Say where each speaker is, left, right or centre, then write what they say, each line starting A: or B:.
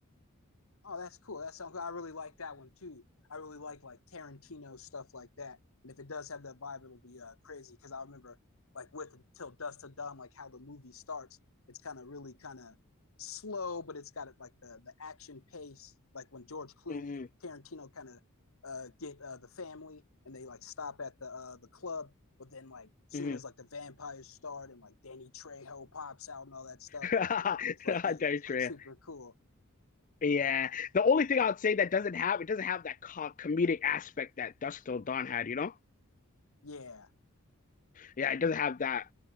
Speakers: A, on the left (about 75°); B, on the left (about 40°).
A: Oh, that's cool. That sounds. good. I really like that one too. I really like like Tarantino stuff like that. And if it does have that vibe, it'll be uh, crazy. Because I remember like with Till Dust to Dawn, like how the movie starts. It's kind of really kind of slow, but it's got it like the the action pace. Like when George Clooney
B: mm
A: and Tarantino kind of uh, get uh, the family and they like stop at the uh, the club. But then like soon
B: hmm mm
A: as
B: hmm
A: like the vampires start and like Danny Trejo pops out and all that stuff,
B: <laughs>
A: it's like yeah, it's
B: Very true.
A: like super cool.
B: Yeah. The only thing I would say that doesn't have it doesn't have that co comedic aspect that Dusk Till Dawn had. You know?
A: Yeah.
B: Yeah, it doesn't have that